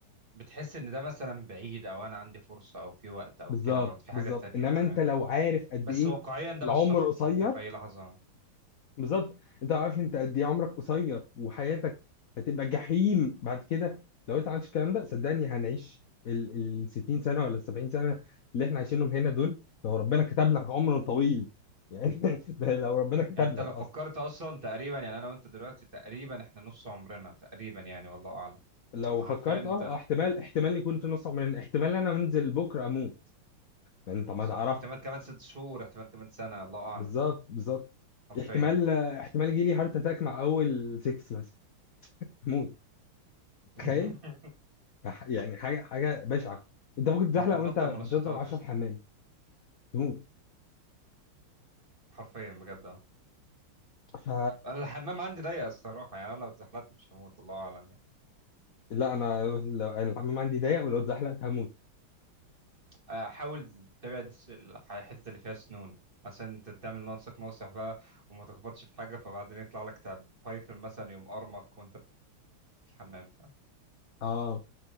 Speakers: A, on the right (about 25°); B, on the left (about 55°).
A: بتحس ان ده مثلا بعيد او انا عندي فرصه او في وقت او
B: بالظبط
A: كده برضه في
B: بالظبط
A: حاجه تانية
B: انما
A: انت
B: انت
A: فاهم
B: لو عارف قد
A: بس
B: ايه
A: واقعيا ده
B: العمر
A: مش صح
B: قصير
A: احنا ممكن في اي لحظه
B: بالظبط انت ما عارفش انت قد ايه عمرك قصير وحياتك هتبقى جحيم بعد كده لو انت عملتش الكلام ده صدقني هنعيش ال ال 60 سنه ولا ال 70 سنه اللي احنا عايشينهم هنا دول لو ربنا كتب لك عمر طويل يعني <laughs> ده لو ربنا كتب
A: يعني انت
B: لك
A: لو
B: اصلا
A: فكرت اصلا تقريبا يعني انا وانت دلوقتي تقريبا احنا نص عمرنا تقريبا يعني والله اعلم
B: لو
A: فحرفيا
B: فكرت
A: انت
B: اه اه، احتمال احتمال يكون في نص عمرنا احتمال انا انزل بكره اموت ما انت ما
A: صح
B: تعرف
A: احتمال كمان ست شهور احتمال كمان سنه الله اعلم
B: بالظبط بالظبط
A: حرفيا
B: احتمال احتمال يجي لي هارت اتاك مع اول 6 مثلا موت تخيل
A: <laughs>
B: فح- يعني حاجه حاجه بشعه انت ممكن تزحلق
A: ما انت تبطل
B: وانت بتضرب
A: منشطات
B: 10
A: يا اسطى
B: في الحمام تموت
A: حرفيا بجد اه
B: ف
A: انا الحمام عندي ضيق الصراحه يعني انا لو اتزحلقت مش هموت الله اعلم يعني.
B: لا انا لو انا الحمام عندي ضيق ولو اتزحلقت هموت
A: آه، حاول تبعد الس- الح- الحتت اللي فيها سنون عشان انت تعمل لنفسك ناصح بقى وما تخبطش في حاجه فبعدين يطلع لك تعب بايثون مثلا يقوم ارمك وانت في الحمام ف...
B: اه